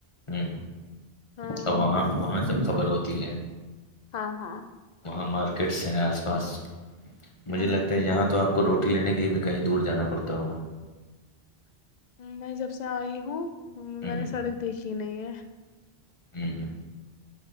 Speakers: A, on the left (about 30°); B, on the left (about 50°).
A: ہوں
B: ہ
A: اور وہاں وہاں سب خبر ہوتی ہیں
B: ہاں ہاں
A: وہاں مارکیٹس ہیں آس پاس مجھے
B: ہ
A: لگتا
B: ہ
A: ہے یہاں تو آپ کو روٹی لینے کے لیے بھی کہیں دور جانا پڑتا ہوگا
B: میں جب سے آئی ہوں میں
A: ہوں
B: نے سڑک دیکھی نہیں ہے
A: ہوں